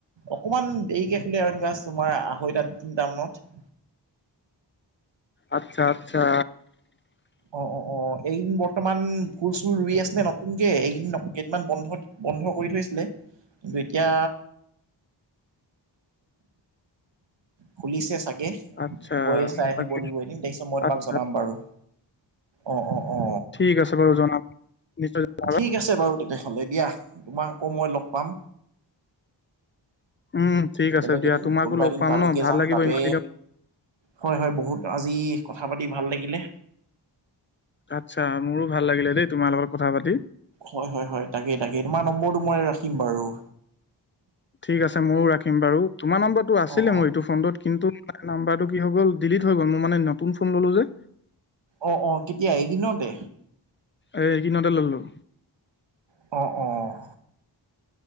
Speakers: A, on the right; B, on the left.
A: অকণমান দেৰিকে খ'লে আৰু এনেকুৱা তোমাৰ আঢ়ৈটা তিনিটা মানত।
B: আচ্ছা আচ্ছা।
A: অ অ অ এইকদিন বৰ্তমান ফুল-চুল ৰুই আছিলে নতুনকে, এইকদিন কেইদিনমান বন্ধ বন্ধ কৰি থৈছিলে। কিন্তু এতিয়া খুলিছে চাগে,
B: আচ্ছা
A: গৈয় চাই আহিব
B: বাকী
A: লাগিব এদিন তাৰপিছত মই তোমাক
B: আচ্ছা
A: জনাম বাৰু। অ অ অ।
B: ঠিক আছে বাৰু জনাম- নিশ্চয়
A: ঠিক আছে বাৰু তেনেয়হ'লে দিয়া তোমাক আকৌ মই লগ পাম।
B: উম ঠিক আছে
A: বেলেগ
B: দিয়া
A: এদিন,
B: তোমাকো
A: কোনোবা
B: লগ
A: এদিন
B: পাম
A: তালৈকে
B: ন ভাল
A: যাম।
B: লাগিব
A: তাতে
B: ইমান দিনৰ
A: হয় হয় বহুত আজি কথা পাতি ভাল লাগিলে।
B: আচ্ছা মোৰো ভাল লাগিলে দেই তোমাৰ লগত কথা পাতি।
A: হয়-হয়-হয় তাকে-তাকে তোমাৰ নম্বৰটো মই ৰাখিম বাৰু।
B: ঠিক আছে মইও ৰাখিম বাৰু তোমাৰ নম্বৰটো আছিলে
A: অ অ
B: মোৰ এইটো ফোনটোত কিন্তু নাম্বাৰটো কি হৈ গ'ল ডিলিট হৈ গ'ল। মই মানে নতুন ফোন ললোঁ যে।
A: অ' অ' কেতিয়া এইকেইদিনতে।
B: এ এই কেইদিনতে ললোঁ।
A: অ' অ'